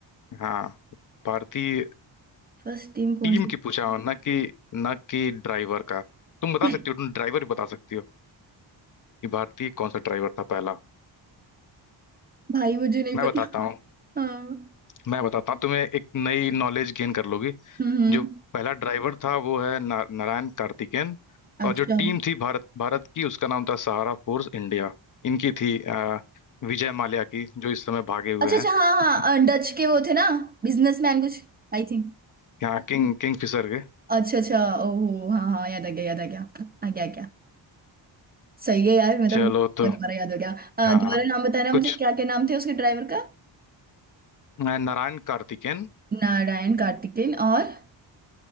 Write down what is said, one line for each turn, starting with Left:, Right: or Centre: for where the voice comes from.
Left: हाँ, भारतीय
Right: फर्स्ट टीम कौन
Left: टीम
Right: सी थी
Left: की पूछा हो, ना कि ना कि ड्राइवर का तुम बता
Right: <laughs>
Left: सकती हो तुम ड्राइवर भी बता सकती हो कि भारतीय कौन सा ड्राइवर था पहला
Right: भाई मुझे नहीं
Left: मैं
Right: पता
Left: बताता भाई हूँ
Right: हाँ
Left: मैं बताता हूँ तुम्हें एक नई नॉलेज गेन कर लोगी
Right: हम्म हम्म।
Left: जो पहला ड्राइवर था वो है ना, नारायण कार्तिकेयन और
Right: अच्छा
Left: जो टीम थी भारत भारत की उसका नाम था सहारा फोर्स इंडिया इनकी थी अ, विजय माल्या की जो इस समय भागे हुए
Right: अच्छा
Left: हैं
Right: अच्छा हाँ
Left: <laughs>
Right: हाँ डच के वो थे ना बिजनेसमैन कुछ आई थिंक
Left: यहाँ किंग किंगफिशर के
Right: अच्छा अच्छा ओहो हाँ हाँ याद आ गया याद आ गया आ गया क्या सही है यार मतलब
Left: चलो तो
Right: दोबारा याद हो गया अ,
Left: हाँ
Right: दोबारा नाम बताना
Left: कुछ
Right: मुझे क्या क्या नाम थे उसके ड्राइवर का
Left: अ, नारायण कार्तिकेयन
Right: नारायण कार्तिकेन और